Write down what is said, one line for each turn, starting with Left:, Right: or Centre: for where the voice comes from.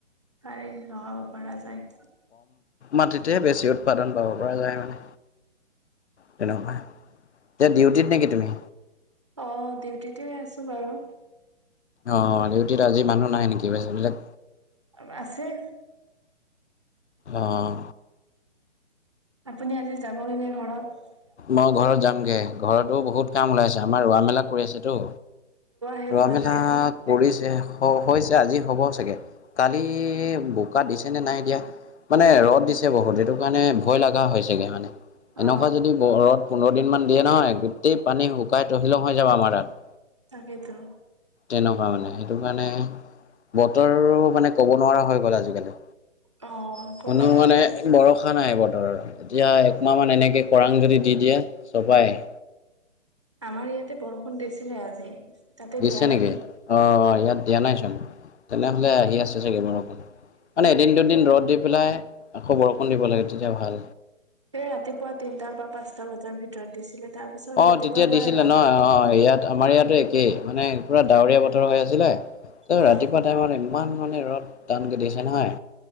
Right: পাৰি অঁ লগাব পৰা যাঁই।
Left: মাটিতেহে বেছি উৎপাদন পাব পৰা যায় মানে। তেনেকুৱা, এতিয়া ডিউটিত নেকি তুমি?
Right: অঁ ডিউটিতে আছো বাৰু।
Left: অঁ ডিউটিত আজি মানুহ নাই নেকি বাকী বিলাক?
Right: আৰু আছে।
Left: অঁ।
Right: আপুনি আজি যাবগে নে ঘৰত?
Left: মই ঘৰত ঘৰতো বহুত কাম ওলাইছে আমাৰ ৰোৱা মেলা কৰি আছেতো।
Right: শেষ
Left: ৰোৱা
Right: হোৱা
Left: মেলা
Right: নাই ন
Left: কৰিছে হৈছে। এ আজি হ'ব চাগে কালি বোকা দিছে নে নাই দিয়া? মানে ৰদ দিছে বহুত দ সেইটো কাৰণে ভয় লগা হৈ হৈছেগে মানে। এনেকুৱা
Right: অ
Left: যদি বৰত পোন্ধৰ দিন মান দিয়ে নহয় গোটেই পানী শুকাই তহিলং হৈ যাবা আমাৰ ইয়াত।
Right: তাকেতো।
Left: তেনেকুৱা মানে, সেইটো কাৰণে বতৰো মানে ক'ব নোৱাৰা হৈ গ'ল আজিকালি।
Right: অ ক'ব
Left: মানো
Right: নোৱাৰি
Left: মানে ভৰষা নাই বতৰৰ এতিয়া একমাহ মান এনেকে খৰাং যদি দি দিয়ে চবাই
Right: আমাৰ ইয়াতে বৰষুণ দিছিলে আজি তাতে
Left: দিছে
Right: দিয়া নাই
Left: নেকি অ ইয়াত দিয়া নাইচোন তেনেহলে
Right: অ',
Left: আহি আছে চাগে বাৰু অকণ মানে এদিন দুদিন ৰ'দ দি পেলাই খবৰকণ দিব লাগে তেতিয়া ভাল
Right: সে ৰাতিপুৱা তিনটাৰ পৰা পাঁচটা বজাৰ ভিতৰত দিছিলে তাৰ পিছত
Left: অ
Right: ৰাতিপুৱাৰ
Left: তেতিয়া
Right: পৰাই
Left: দিছিলে
Right: ৰ'দ
Left: ন অ ইয়াত আমাৰ ইয়াতো একেই মানে পুৰা ডাৱৰীয়া বতৰ হৈ আছিলে ত
Right: অ',
Left: ৰাতিপুৱা টাইমত ইমান মানে ৰদ টানকে দিছে নহয়।